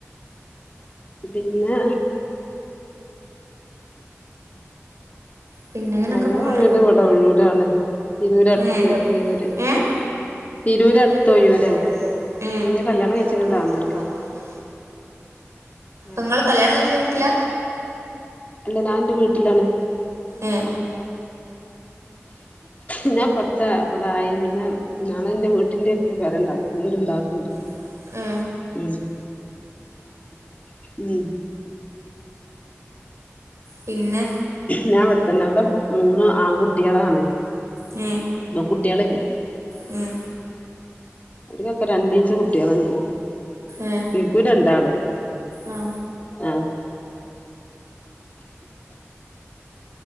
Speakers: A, on the left (about 30°); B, on the right (about 75°).
A: പിന്നെ
B: പിന്നെങ്ങനൊക്കെ
A: ഞങ്ങളെ
B: പോണ
A: വീട് ഇവിടെ ഒഴൂരാണ് തിരൂരടുത്ത്
B: ഏഹ്
A: ഒഴൂര്
B: ഏഹ്
A: തിരൂരടുത്ത്
B: തിരൂർ
A: ഒഴൂരാണ്
B: അടുത്ത് ഓഴിയൂർ ആണ് എന്നെ
A: ഇന്നെ കല്യാണം കഴിച്ച്ക്ക്ണ്
B: കല്ല്യാണം കഴിച്ചത്
A: താന്നൂര്ക്കാ
B: താനൂർക്ക്
A: ആഹ്
B: നിങ്ങള് കല്യാണം കഴിച്ച വീട്ടില
A: അല്ല ഞാൻ ന്റെ വീട്ടിലാണ്
B: എഏ
A: ന്നാൻ കുറച്ച് ഇവിടെ ആയി പിന്നെ ഞങ്ങളെന്റെ വീട്ടിന്റെ അടുത്ത് പേരുണ്ടാക്കി വീടുണ്ടാക്കി ക്കണ്ട്
B: <unintelligible>
A: ഉം ഉം
B: പിന്നെ
A: ഞാൻ ഇവിടത്തന്നെ അവിടെ മൂന്ന് ആൺകുട്ടികളാണ്.
B: ഉം
A: ഇ കുട്ടികളില്ല
B: ഉം
A: അവർക്കൊക്കെ രണ്ടീച്ച കുട്ടികളുണ്ട്
B: ഏ
A: എനിക്കും രണ്ടാള്
B: ആ
A: ആഹ